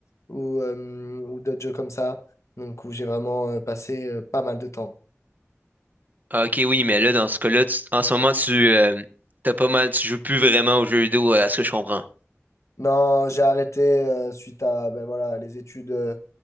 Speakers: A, on the left; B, on the right.
A: ou, euh, ou d'autres jeux comme ça. Donc, où j'ai vraiment euh, passé euh, pas mal de temps.
B: Ah, Ok, oui, mais là, dans ce cas-là, tu- en ce moment, tu euh, t'as pas mal, tu joues plus vraiment aux jeux vidéo, euh, à ce que je comprends.
A: Non, j'ai arrêté euh, suite à ben, voilà, les études. euh,